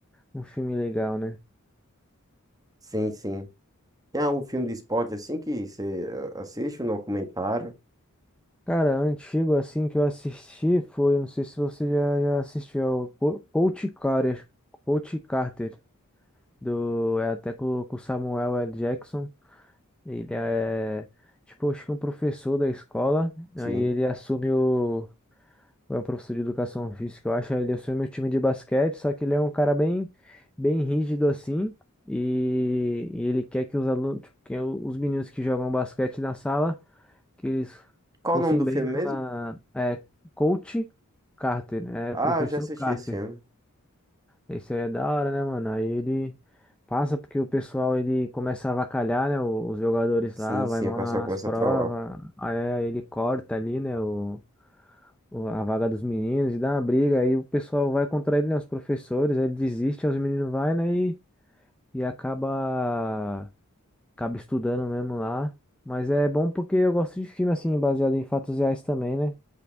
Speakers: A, in the centre; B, on the right (about 15°).
A: um filme legal, né?
B: Sim, sim. Tem algum filme de esporte assim que você eh, assiste, um documentário?
A: Cara, antigo assim que eu assisti foi, não sei se você já, já assistiu, é o Co- Coach Carter, Coach Carter, do, é até com, com o Samuel L. Jackson. Ele é, tipo, acho que um professor da escola,
B: Sim.
A: aí ele assume o é um professor de educação física, eu acho. Ele assume o time de basquete, só que ele é um cara bem, bem rígido assim. E, e ele quer que os alunos, tipo, que os meninos que jogam basquete na sala, que eles
B: Qual
A: fossem
B: o nome do
A: bem
B: filme
A: na,
B: mesmo?
A: é, coach Carter, é,
B: Ah,
A: professor
B: eu já assisti
A: Carter.
B: esse filme.
A: Isso aí é da hora, né, mano? Aí ele passa porque o pessoal ele começa a avacalhar, né? o- Os jogadores
B: Sim,
A: lá,
B: sim,
A: vai mal
B: o pessoal
A: na- nas
B: começa
A: provas.
B: a trollar.
A: Aí aí ele corta ali, né? O, o- a vaga dos meninos e dá uma briga. Aí o pessoal vai contra ele, né? Os professores, aí ele desiste, aí os meninos vai, né? E, e acaba, acaba estudando mesmo lá. Mas é bom porque eu gosto de filme, assim, baseado em fatos reais também, né?